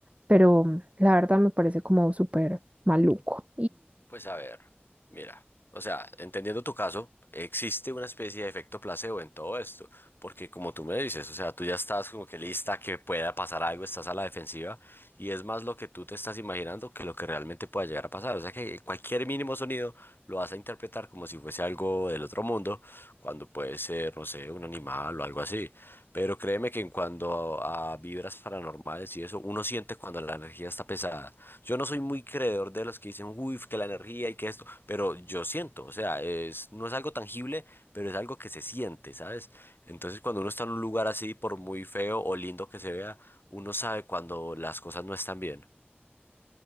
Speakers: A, on the right; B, on the left.
A: pero la verdad me parece como súper maluco
B: Pues a ver, mira, o sea, entendiendo tu caso, existe una especie de efecto placebo en todo esto, porque como tú me dices, o sea, tú ya estás como que lista a que pueda pasar algo, estás a la defensiva, y es más lo que tú te estás imaginando que lo que realmente pueda llegar a pasar. O sea que cualquier mínimo sonido lo vas a interpretar como si fuese algo del otro mundo, cuando puede ser, no sé, un animal o algo así. Pero créeme que en cuanto a, a vibras paranormales y eso, uno siente cuando la energía está pesada. Yo no soy muy creedor de los que dicen, uy, que la energía y que esto, pero yo siento, o sea, es, no es algo tangible, pero es algo que se siente, ¿sabes? Entonces cuando uno está en un lugar así, por muy feo o lindo que se vea, uno sabe cuando las cosas no están bien.